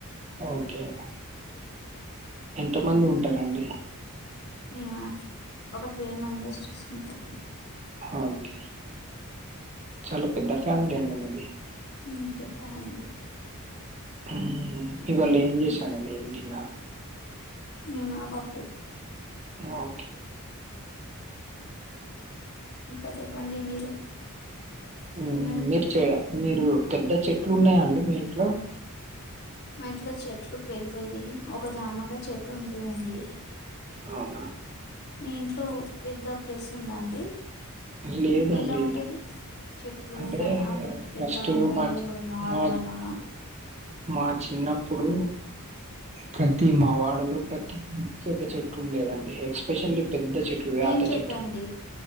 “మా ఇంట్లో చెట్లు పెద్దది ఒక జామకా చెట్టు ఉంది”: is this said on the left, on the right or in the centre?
Left